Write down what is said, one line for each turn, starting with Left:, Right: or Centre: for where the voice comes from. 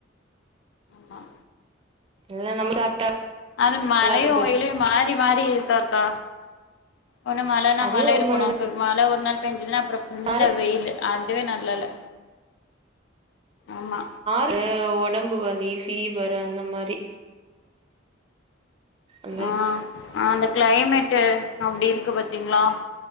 Left: அ
Right: இல்ல நம்ம சாப்ட்டா
Left: அது மழையு
Right: அது கொஞ்ச
Left: வெயிலையு மாறி மாறியிருக்காக்கா ஒன்னு மழனா
Right: அதே
Left: மழயிருக்குனு
Right: ஒரு மாரிதா
Left: இப்பப் மழ ஒர் நாள் பேஞ்சுதுன்னா அப்றோ ஃபுல்லா
Right: யாரு
Left: வெயிலு அதுவே நல்லால்ல ஆம்மா.
Right: அ ஒடம்பு வலி ஃபீவர் அந்த மாரி. அந்த மாரி
Left: அ அ அந்த கிளைமேட்டு அப்டி இருக்கு பாத்தீங்ளா?